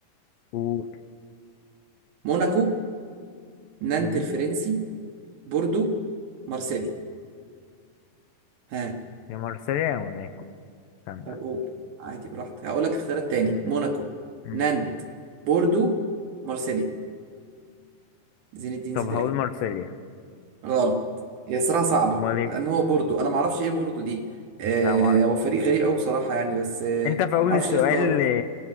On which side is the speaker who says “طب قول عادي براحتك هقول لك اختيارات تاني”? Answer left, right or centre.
Right